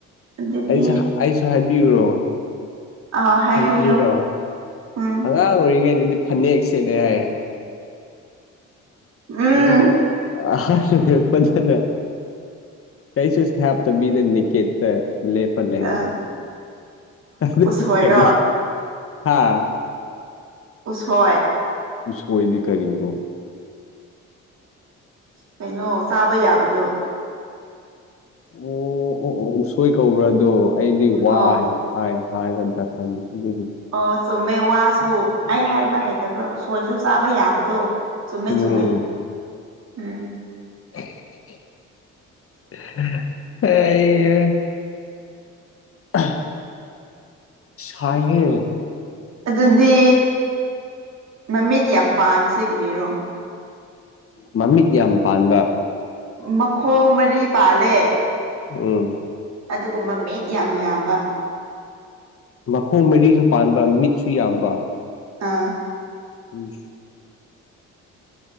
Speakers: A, on the right (about 60°); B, on the left (about 45°).
A: ꯑꯗꯨꯗꯤ
B: ꯑꯩꯁꯨ ꯑꯩꯁꯨ ꯍꯥꯏꯕꯤꯌꯨꯔꯣ
A: ꯑꯥꯎ ꯍꯥꯏꯕꯤꯌꯣ
B: ꯈꯪꯕꯤꯌꯨꯔꯣ
A: ꯎꯝ
B: ꯑꯉꯥꯡ ꯥꯑꯣꯏꯔꯤꯉꯩꯗꯗꯤ ꯐꯅꯦꯛ ꯁꯦꯠꯂꯦ ꯍꯥꯏꯌꯦ
A: ꯎꯝ
B: ꯑꯗꯨꯒ ꯑꯍꯜ ꯑꯣꯏꯔꯛꯄꯗꯅ ꯀꯔꯤꯁꯨ ꯍꯞꯇꯕꯤꯗ ꯅꯦꯀꯦꯠꯇ ꯂꯦꯞ ꯄꯂꯦ
A: ꯑ
B: ꯍꯥꯏ ꯑꯗꯨ
A: ꯎꯁꯣꯏꯔꯣ
B: ꯀꯔꯤ ꯍꯥꯥ
A: ꯎꯁꯣꯏ
B: ꯎꯁꯣꯏꯗꯤ ꯀꯔꯤꯅꯣ
A: ꯀꯩꯅꯣ ꯆꯥꯕ ꯌꯥꯕꯗꯣ
B: ꯑꯣ ꯑꯣ ꯑꯣ ꯎꯁꯣꯏ ꯀꯧꯕ꯭ꯔꯥꯗꯣ ꯑꯩꯗꯤ ꯋꯥ
A: ꯑꯣ
B: ꯍꯥꯏꯕ ꯍꯥꯏ ꯍꯥꯏꯒꯗ꯭ꯔ ꯈꯟꯕ ꯑꯗꯨꯒꯤ
A: ꯑꯣ ꯆꯨꯝꯃꯦ ꯋꯥꯁꯨ ꯑꯩ ꯍꯥꯏꯕ ꯍꯩꯇꯕ ꯎꯁꯣꯏꯁꯨ ꯆꯥꯕ ꯌꯥꯕꯗꯣ ꯆꯨꯝꯃꯦ
B: ꯎꯝ
A: ꯆꯨꯝꯃꯦ ꯎꯝ
B: <unintelligible> <unintelligible> ꯁꯥꯏꯍꯦ
A: ꯑꯗꯨꯗꯤ ꯃꯃꯤꯠ ꯌꯥꯝ ꯄꯥꯟꯕꯁꯦ ꯀꯔꯤꯔꯣ
B: ꯃꯃꯤꯠ ꯌꯥꯝ ꯄꯥꯟꯕ
A: ꯃꯈꯣꯡ ꯃꯔꯤ ꯄꯥꯜꯂꯦ
B: ꯎꯝ
A: ꯑꯗꯨꯒ ꯃꯃꯤꯠ ꯌꯥꯝ ꯌꯥꯝꯕ
B: ꯃꯈꯣꯡ ꯃꯔꯤꯁꯨ ꯄꯥꯟꯕ ꯃꯤꯠꯁꯨ ꯌꯥꯝꯕ
A: ꯑꯥ
B: ꯎꯝ